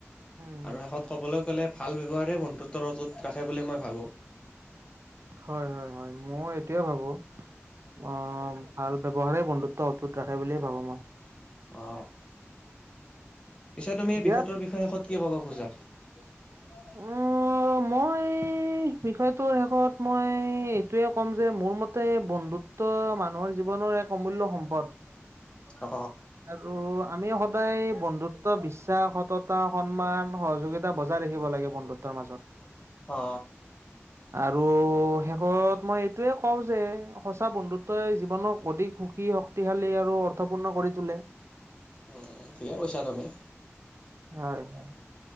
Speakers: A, on the right; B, on the left.
A: উম
B: আৰু
A: উম
B: শেষত
A: উম
B: কবলৈ গ'লে ভাল ব্যৱহাৰে বন্ধুত্বৰ অজুত ৰাখে বুলি মই ভাবো।
A: হয় হয় হয়। মই এতিয়া ভাবো অ ভাল ব্যৱহাৰে বন্ধুত্ব অটুত ৰাখে বুলিয়ে ভাবো মই।
B: অ, পিছে তুমি এই
A: দিয়াত
B: বিষয়টোৰ বিষয়ে শেষত কি কব খোজা? ন <unintelligible>
A: উম মই বিষয়টোৰ শেষত মই এইটোৱে ক'ম যে, মোৰ মতে বন্ধু ত্ব মানুহৰ জীৱনৰ এক অমূল্য সম্পদ।
B: অ
A: আৰু আমি সদায় বন্ধুত্ব, বিশ্বাস, সততা, সন্মান সহযোগিতা বজাই ৰাখিব লাগে বন্ধুত্বৰ মাজত।
B: অ
A: আৰু শেষত মই এইটোয়ে কও যে সঁচা বন্ধুত্বই জীৱনক অধিক সুখী শক্তিশালী আৰু অৰ্থপূৰ্ণ কৰি তোলে।
B: উম, ঠিকে কৈছা তুমি।
A: হয়, হয়